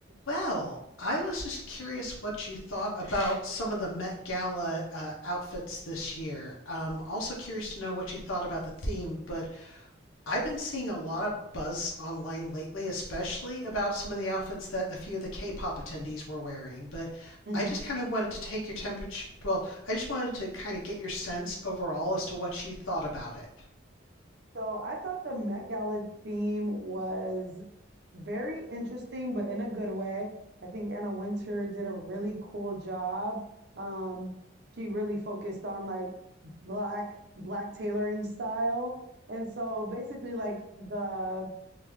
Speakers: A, on the left; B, on the right.
A: Well, I was just curious what you thought about some of the Met Gala uh, outfits this year. Um, also curious to know what you thought about the theme, but I've been seeing a lot of buzz online lately, especially about some of the outfits that a few of the K-pop attendees were wearing. But
B: Mhm.
A: I just kind of wanted to take your temperature. Well, I just wanted to kind of get your sense overall as to what you thought about it.
B: So I thought the Met Gala theme was very interesting, but in a good way. I think Anna Winter did a really cool job. Um, she really focused on like black black tailoring style. And so basically like the